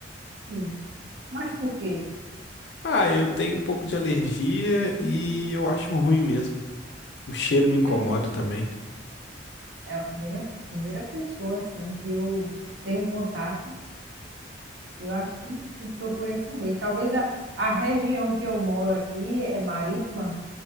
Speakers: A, on the right; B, on the left.
A: Sim. Mas por quê?
B: Ah, eu tenho um pouco de alergia e eu acho ruim mesmo. O cheiro me incomoda
A: É mesmo?
B: também.
A: É a primeira, primeira pessoa assim que eu tenho contato, eu acho que, que procurei saber. Talvez a, a região que eu moro aqui é marítima,